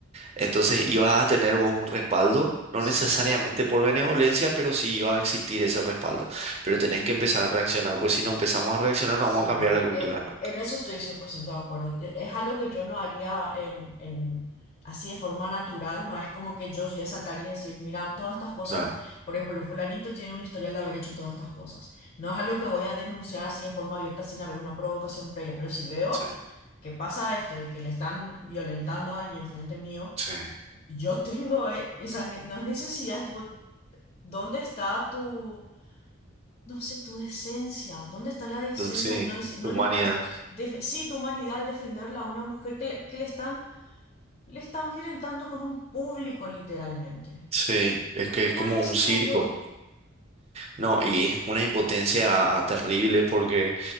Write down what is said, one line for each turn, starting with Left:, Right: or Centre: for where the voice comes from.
Right: Entonces ibas a tener vos un respaldo, no
Left: sí.
Right: necesariamente por benevolencia, pero sí iba a existir ese respaldo. Pero tenés que
Left: Ujú.
Right: empezar a reaccionar, porque si no empezamos a reaccionar
Left: Sí,
Right: no vamos a cambiar la cultura
Left: eh,
Right: nunca.
Left: en eso estoy 100% de acuerdo. E- Es algo que yo no haría en, en- así de forma natural, no es como que yo voy a saltar y decir, mira, todas estas cosas,
Right: Claro.
Left: por ejemplo, fulanito tiene un historial de haber hecho todas estas cosas. No es algo que voy a denunciar así de forma abierta sin haber una provocación previa, pero si veo
Right: Sí,
Left: que pasa esto de que le están violentando ahí enfrente mío,
Right: sí,
Left: yo tengo eh, esa, ne- no es necesidad, tipo, ¿dónde está tu... No sé tu decencia. ¿Dónde está la decencia
Right: Entonces, sí,
Left: al no decir, no
Right: tu humanidad.
Left: le estás, def- sí, tu humanidad al defenderla a una mujer que le, que le están, le están violentando con un público, literalmente?
Right: sí, es que
Left: Y
Right: es
Left: nadie
Right: como un
Left: se
Right: circo.
Left: movió.
Right: No, y es una impotencia terrible porque...